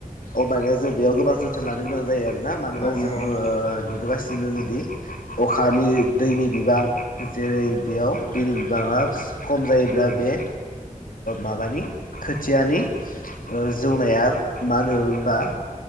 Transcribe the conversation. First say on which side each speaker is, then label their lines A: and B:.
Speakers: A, on the left; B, on the left.
A: अबाना जों बेयाव गोबां जोथोन लानो गोनां जायो आरो। ना मानोबा
B: औ
A: जों
B: नंगौ नोंथां
A: नुबोगासिनो। जोङोदि अखानि दैनि बिबां जेरै बेयाव दैनि बिबाङा खम जायोब्ला बे माबानि खोथियानि जौनाया मा होनो होनबा